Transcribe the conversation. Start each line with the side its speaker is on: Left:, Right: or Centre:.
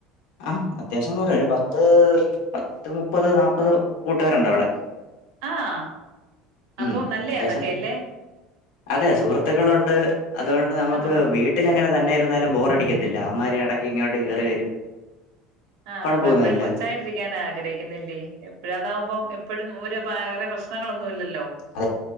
Left: ആ അത്യാവശ്യം നൂറ ഒരു പത്ത് പത്ത് മുപ്പത് നാല്പ്പത് കൂട്ടുകാരുണ്ട് അവിടെ
Right: ആഹ അപ്പൊ
Left: ഉം
Right: നല്ലേ
Left: അത്യാവശ്യം
Right: അതൊക്കെ അല്ലേ?
Left: അതെ സുഹൃത്തുക്കളുണ്ട് അതുകൊണ്ട് നമുക്ക്
Right: അപ്പം
Left: വീട്ടില ങ്ങനെ തന്നെ. ന്നാലും ബോറടിക്കത്തില്ല അവന്മാർ ഇടക്ക ഇങ്ങോട്ട് കേറി വരും.
Right: ആഹ
Left: കുഴപ്പമൊന്നുമില്ല
Right: നമ്മളെപ്പോഴും കൊച്ചായിട്ടിരിക്കൻ ആഗ്രഹിക്കുന്നില്ലേ? പിപ്പോ അതാകുമ്പോ എപ്പോഴും ഒരു വേറെ പ്രശ്നങ്ങളൊന്നും ഇല്ലല്ലോ?
Left: ആ